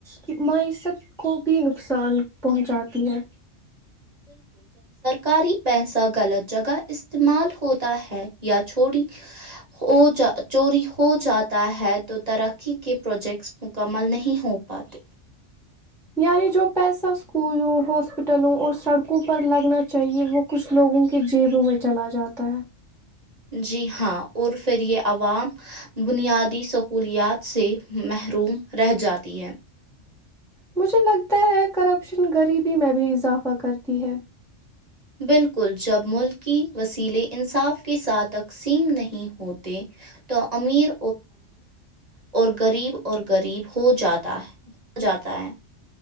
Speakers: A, in the centre; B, on the right.
A: کی معیشت کو بھی نقصان پہنچاتی ہے
B: کاری پیسہ غلط جگہ استعمال ہوتا ہے یا چوروری ہو جا چوری ہو جاتا ہے تو ترقی کے پروجیکٹس مکمل نہیں ہو پاتے
A: یعنی جو پیسہ اسکولوں ہاسپٹلوں اور سڑکوں پر لگنا چاہیے وہ کچھ لوگوں کے جیبوں میں چلا جاتا ہے
B: جی ہاں اور پھر یہ عوام بنیادی سہولیات سے محروم رہ جاتی ہے
A: مجھے لگتا ہے کرپشن غریبی میں بھی اضافہ کرتی ہے
B: بالکل جب ملک کی وسیلے انصاف کے ساتھ تقسیم نہیں ہوتے تو امیر اور غریب اور غب ہو جاتا ہے